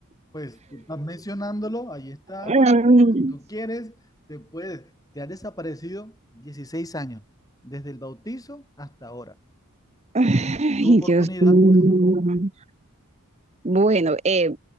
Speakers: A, on the left; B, on the right.
A: pues tú estás mencionándolo, ahí está.
B: Mm,
A: tú quieres, te puedes. Te has desaparecido 16 años, desde el bautizo hasta ahora.
B: Ay,
A: Tu oportunidad,
B: Dios mío.
A: o
B: Bueno, eh,